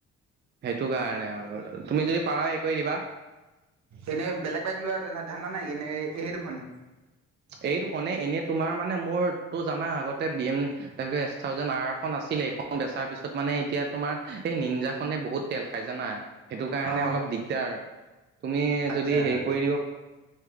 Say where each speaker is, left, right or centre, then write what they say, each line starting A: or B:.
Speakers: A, on the right (about 35°); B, on the right (about 65°).
A: সেইটো কাৰণে আৰু তুমি যদি পাৰা হেৰি কৰি দিবা।
B: এনেই বেলেগ বাইক লোৱা ধা ধান্দা নাই নে সেই দুখনেই
A: এই দুখনে এনেই তোমাৰ মানে মোৰ টো জানা আগতে বি এম ডব্লিউৰ এছ থাউজেণ্ড আৰ আৰ খন আছি ছিলে এইখন বেচাৰ পিছত মানে এতিয়া তোমাৰ এই নিঞ্জা খনে বহুত তেল খাই জানা। সেইটো কাৰণে
B: অ
A: অলপ দিগদাৰ তুমি
B: আচ্ছা
A: যদি হেৰি কৰি দিব